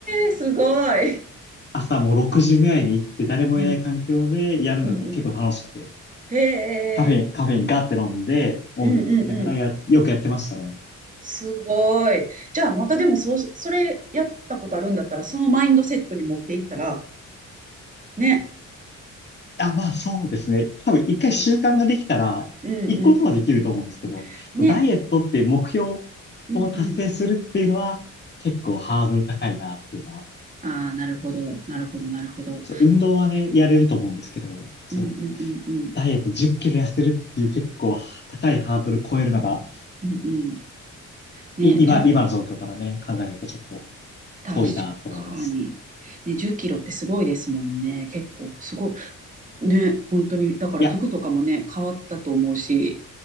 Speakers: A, on the right; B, on the left.
A: ー、すごい。
B: 朝もう6時ぐらいに行って誰もいない環境でやるのも結構楽しくて、
A: うんうんうん。へえ、
B: カフェに、カフェインガーって飲んで、音楽聴きながらや、
A: うんうんうん。
B: よくやってましたね。
A: すごい。じゃあ、またでもそう、それやったことあるんだったら、そのマインドセットに持っていったら、ね。
B: あ、まあそうですね。多分一回習慣ができたら、
A: うん、うん、うんう
B: 行個ことはできると思うんですけど、
A: ん。ね。
B: ダイエットっていう目標
A: うん、
B: を達成するっていうのは結構ハードル高いなっていうのは、
A: うん。ああ、なるほど。なるほど、なるほど。
B: そう、運動はね、やれると思うんですけど、そう、
A: うん、うん、うん、うん。
B: ダイエット10キロ痩せるっていう結構高いハードル超えるのが、
A: うん、うん。ね、
B: い、今、
A: 10、
B: 今の状況からね、考えるとちょっと
A: 確かに。
B: 遠いなって思います。
A: ね、10キロってすごいですもんね。結構、すごい。ね、本当に。だから服とかもね、
B: いや、
A: 変わったと思うし。